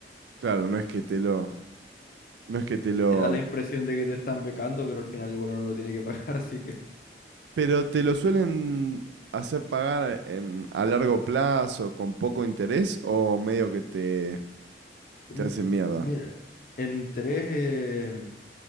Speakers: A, on the right; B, on the left.
A: Claro, no es que te lo, no es que te lo,
B: Te da la impresión de que te están becando, pero al final igual uno lo tiene que pagar, <laughs> así que...
A: pero te lo suelen hacer pagar en, a largo plazo con poco interés o medio que te,
B: Mm,
A: te hacen mierda.
B: Mira, el interés eh,